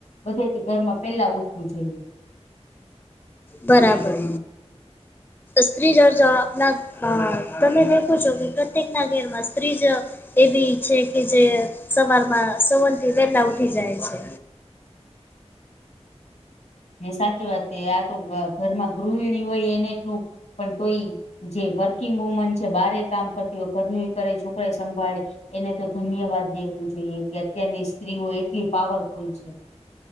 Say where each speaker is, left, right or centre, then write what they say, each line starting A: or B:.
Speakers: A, on the left (about 85°); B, on the left (about 20°).
A: બધાથી ઘરમાં પેલા ઉઠવું જોઈએ.
B: બરાબર. સ્ત્રી આપના અ તમે દેખો છો કે પ્રત્યેક ના ઘેર માં ત્રીજ એવી છે કે જે સવારમાં સવન થી વહેલા ઉઠી જાય છે.
A: ને સાચી વાત છે આ તો ઘરમાં ગૃહિણી હોય એને એટલું પણ તોય જે વર્કિંગ વુમન છે બારે કામ કરતી હોય ઘરનું કરે છોકરા સંભાળે એને તો ધન્યવાદ દેવું જોઈએ કે અત્યારની સ્ત્રીઓ એટલી પાવરફુલ છે.